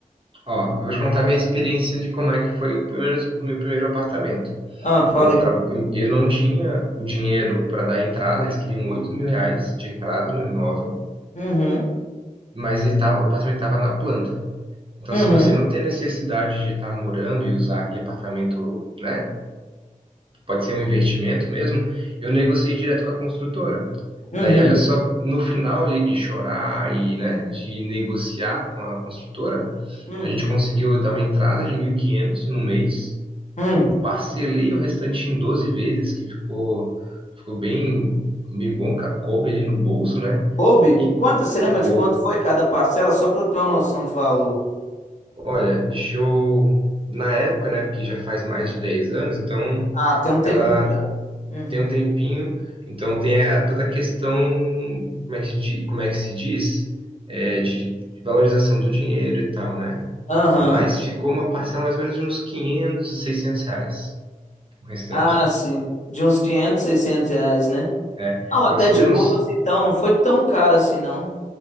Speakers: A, on the right; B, on the left.
A: Ó, eu vou te contar minha experiência de como é que foi o, primeiro- o meu primeiro apartamento.
B: Ah, falei.
A: Eu, tra- eu não tinha o dinheiro para dar entrada, eles queriam oito mil reais de entrada no imóvel.
B: Uhum,
A: mas ele tava, o apartamento estava na planta. Então,
B: uhum,
A: se você não tem a necessidade de estar morando e usar aquele apartamento, né? Pode ser um investimento mesmo, eu negociei direto com a construtora.
B: uhum,
A: Daí, olha só, no final ali de chorar e, né, de negociar com a construtora,
B: Hum,
A: a gente conseguiu dar uma entrada de 1.500 no mês,
B: hum.
A: parcelei o restante em 12 vezes, que ficou, ficou bem, bem bom, ca- coube ali no bolso, né?
B: Coube,
A: E
B: quanto, você lembra
A: co-
B: de quanto foi cada parcela? Só para eu ter uma noção de valor.
A: Olha, deixa eu. Na época, né? Porque já faz mais de 10 anos, então
B: Ah, tem um tempinho
A: ela
B: já. uhum.
A: tem um tempinho, então tem a- toda a questão, como é que, di- como é que se diz? É, de valorização do dinheiro e tal, né?
B: Aham.
A: Mas ficou uma parcela mais ou menos de uns 500 e 600 reais, o restante.
B: Ah, sim. De uns 500, 600 reais, né?
A: É,
B: Não, até
A: para você
B: de
A: ter
B: boa,
A: noção,
B: assim, então. Não foi tão caro assim, não.